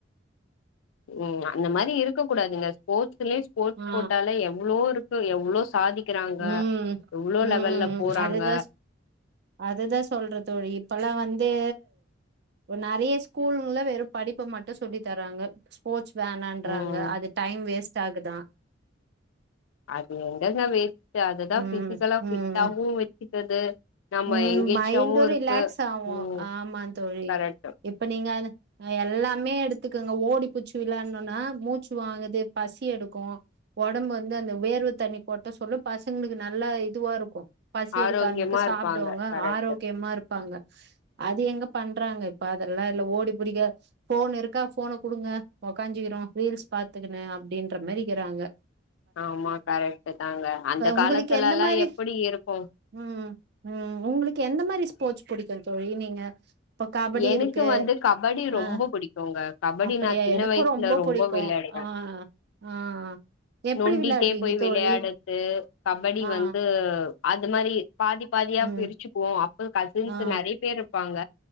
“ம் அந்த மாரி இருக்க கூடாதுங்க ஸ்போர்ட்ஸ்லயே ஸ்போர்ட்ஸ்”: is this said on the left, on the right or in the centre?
Left